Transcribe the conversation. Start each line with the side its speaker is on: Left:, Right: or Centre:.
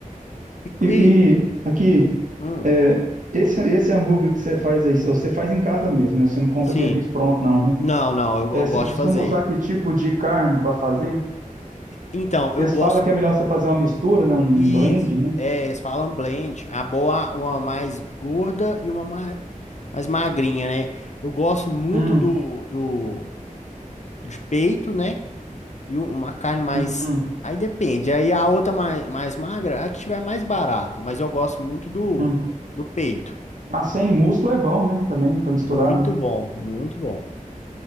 Left: E,
Right: E, e
Left: e-
Right: aqui,
Left: hum,
Right: é, esse, esse hambúrguer que você faz aí, você faz em casa mesmo, né? Você não compra
Left: sim.
Right: aquele bife pronto, não, né?
Left: Não, não, eu,
Right: É,
Left: eu
Right: você
Left: gosto
Right: costuma
Left: de fazer.
Right: usar que tipo de carne para fazer?
Left: Então, eu
Right: Porque
Left: gosto
Right: se fala que é melhor você fazer uma mistura, né? Um
Left: isso.
Right: blend, né?
Left: É, eles falam blend, a boa, uma mais gorda e uma mais, mais magrinha, né? Eu gosto muito
Right: Hum,
Left: do, do de peito, né? E u- uma carne mais.
Right: hum, hum,
Left: Aí depende. Aí a outra mais, mais magra, é a que tiver mais barato. Mas eu gosto muito do,
Right: hum.
Left: do peito.
Right: Ah, sem músculo é bom, né? Também, para misturar,
Left: Muito
Right: né?
Left: bom, muito bom.